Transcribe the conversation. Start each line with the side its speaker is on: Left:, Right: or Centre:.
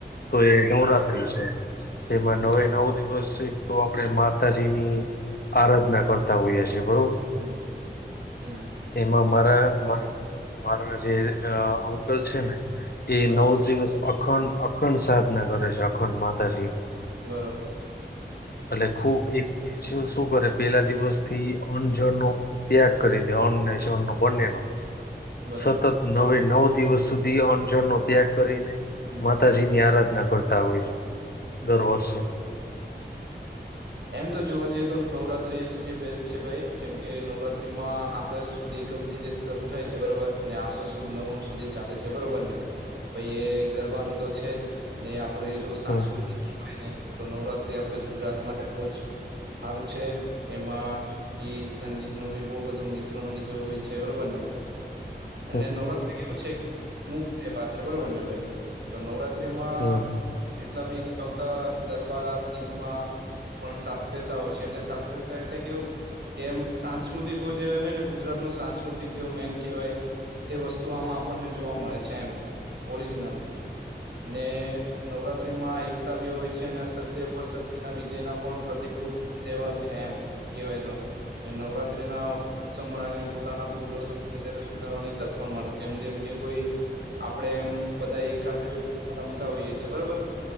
Left: તો
Right: હા
Left: એ નવરાત્ર્રી છે જેમાં નવે
Right: બરોબર
Left: નવ દિવસ એક આપણે માતાજી ની આરાધના હો
Right: હમ હમ
Left: એમાં મારા મા મારા જે અંકલ છે ને એ
Right: બરોબર
Left: નવ દિવસ અખંડ અખંડ સાધના કરે છે અખંડ માતાજી
Right: બરોબર
Left: એટલે ખબ એ છે શું કરે પેલા દિવસ થી અણજણનો ત્યાગ કરી દે અને છણ ન બંને ન
Right: બરોબર
Left: સતત નવે નવ દિવસ સુધી અંજણનોો ત્યાગ કરીને
Right: હમ
Left: માતાજી ની આરાધના કરતા હોય છે દર વર્ષે
Right: એમ તો જોવા જઈએ તો નવરાત્રી સૌથી બેસ્ટ છે ભાઈ કેમ કે નવરાત્રીમાં આપણે શુંદ એકમથી જે શરૂ થાય છે બરાબર ને આસો સુદ નવમ સુધી ચાલે છે બરોબર ને પછ એ ગરબાનું તો છે જ ને આપડું એ જો સાંસ્કૃતિક
Left: હમ
Right: કહેવાયને તો નવરાત્રી આપડે ગુજરાત માટે બહુ જ સારું છે એમાં ગીત સંગીત નું બી બહ બધું મિશ્રણ બીજ હોય છે બરોબરને
Left: <inaudible>
Right: અને નવરાત્રી એવું છે એક મુક્ તહેવાર છે બરોબર ને ભાઈ તો નવરાત્ર માં
Left: હમ
Right: જેટલા બી ગાવતા ગરબા રાસ ગીતમાં પણ શાસ્ત્રીયતા હોય છે એટલે શાસ્ત્રીયતા એટલે કેવું કેમ સાંસ્કૃતિકો જે હોય ને ગુજરાત ન સાંસ્કૃતિક જે મેન કહેવાય તે વસ્તુ આમાં આપણને જોવા મળે છે એમ ઓરિજનલ ને નવરાત્રીમાં એકતા બી હોય છે અને સત્ય પર સત્યના વિજયના પણ પ્રતિકરૂૂપ તહેવાર છે એમ કવાય તો અને નવરાત્રી ના ઉત્સવ મનાવીને પોતાના ભૂલો સમ સુધારવાની તક પણ મળે છે એમ જેમ કે કોઈ આપડે એમ બધા એક સાથે જો રમતા હોઈએ છેએ બરોબર